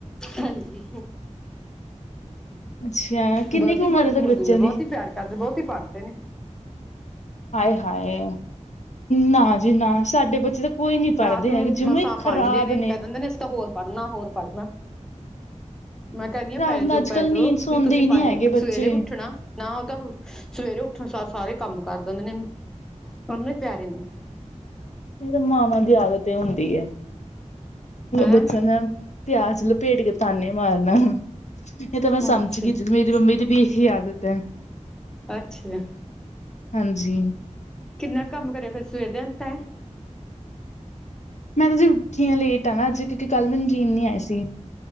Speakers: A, in the centre; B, on the left.
A: ਹਾਂਜੀ
B: ਅੱਛਾ ਕਿੰਨੀ
A: ਬਹੁਤੀ
B: ਕੁ ਉਮਰ
A: ਗੋਲੂ
B: ਹੈ ਤੁਹਾਡੇ
A: ਮੋਲੂ
B: ਬੱਚਿਆਂ
A: ਨੇ ਬਹੁਤ
B: ਦੀ
A: ਹੀ ਪਿਆਰ ਕਰਦੇ ਬਹੁਤ ਹੀ ਪੜ੍ਹਦੇ ਨੇ
B: ਹਾਏ-ਹਾਏ ਨਾ ਜੀ ਨਾ ਸਾਡੇ ਬੱਚੇ ਤਾਂ ਕੋਈ ਨੀ ਪੜ੍ਹਦੇ
A: ਰਾਤ ਨੂੰ
B: ਹੈਗੇ ਜਮਾ
A: ਮਸਾਂ
B: ਈ ਖ਼ਰਾਬ
A: ਪਾਈਦੇ ਨੇ ਕਹਿ ਦਿੰਦੇ ਨੇ ਅਸੀਂ ਤਾਂ ਹੋਰ ਪੜ੍ਹਨਾ ਹੋਰ ਪੜ੍ਹਨਾ ਮੈਂ ਕਹਿੰਦੀ ਹਾਂ
B: ਰਾਤ
A: ਪੈ
B: ਨੂੰ
A: ਜਾਓ-ਪੈ
B: ਅੱਜ ਕੱਲ੍ਹ
A: ਜਾਓ
B: ਨੀਂਦ ਸੌਂਦੇ
A: ਵੀ ਤੁਸੀਂ
B: ਹੀ ਨਹੀਂ
A: ਪਾਏ
B: ਹੈਗੇ
A: ਸਵੇਰੇ
B: ਬੱਚੇ
A: ਵੀ ਉੱਠਣਾ ਨਾ ਉਹ ਤਾਂ ਸਵੇਰੇ ਉੱਠਣ ਸਾਰ ਸਾਰੇ ਕੰਮ ਕਰ ਦਿੰਦੇ ਨੇ <unintelligible> ਹੀ ਪਿਆਰੇ ਨੇ
B: ਇਹ ਤਾਂ ਮਾਵਾਂ ਦੀ ਆਦਤ ਇਹ ਹੁੰਦੀ ਹੈ
A: ਹੈਂ
B: ਬੱਚਿਆਂ ਨੇ ਪਿਆਜ ਲਪੇਟ ਕੇ ਤਾਨੇ ਮਾਰਨਾ ਇਹ ਤਾਂ ਮੈਂ ਸਮਝ
A: ਅੱਛਾ
B: ਗਈ ਜੀ ਮੇਰੀ ਮੰਮੀ ਦੀ ਵੀ ਇਹੀ ਆਦਤ ਹੈ
A: ਅੱਛਾ
B: ਹਾਂਜੀ
A: ਕਿੰਨਾ ਕੰਮ ਕਰਿਆ ਫਿਰ ਸਵੇਰ <unintelligible>
B: ਮੈਂ ਤਾਂ ਜੀ ਉੱਠੀ ਹਾਂ ਲੇਟ ਆ ਨਾ ਅੱਜ ਕਿਉਂਕਿ ਕੱਲ ਮੈਨੂੰ ਨੀਂਦ ਨੀ ਆਈ ਸੀ